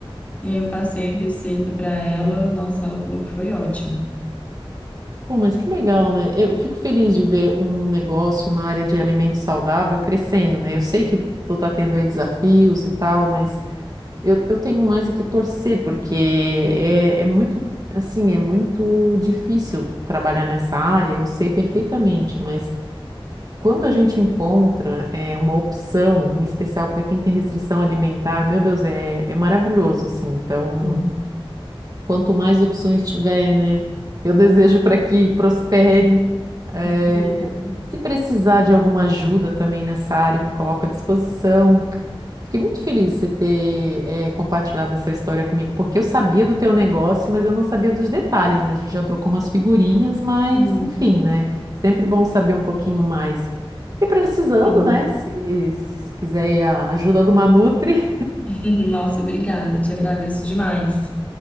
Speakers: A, on the left; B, on the right.
A: E aí eu passei a receita pra ela, nossa, ela falou que foi ótimo.
B: Pô, mas que legal, né? Eu fico feliz de ver um negócio na área de alimento saudável crescendo, né? Eu sei que tu tá tendo aí desafios e tal, mas eu, eu tenho mais é que torcer, porque é, é muito, assim, é muito difícil trabalhar nessa área, eu sei perfeitamente, mas quando a gente encontra é, uma opção, em especial para quem tem restrição alimentar, meu Deus, é, é maravilhoso, assim, então.
A: Sim.
B: Quanto mais opções tiver, né? Eu desejo para que prospere. Eh,
A: Obrigada.
B: se precisar de alguma ajuda também nessa área, me coloco à disposição. Fiquei muito feliz de você ter, eh, compartilhado essa história comigo, porque eu sabia do teu negócio, mas eu não sabia dos detalhes, né? A gente já trocou umas figurinhas, mas
A: Sim,
B: enfim, né? Sempre bom saber um pouquinho mais. E precisando,
A: sim.
B: né? Se, se quiser aí a ajuda de uma Nutri,
A: <laughs> Nossa, obrigada, te agradeço demais.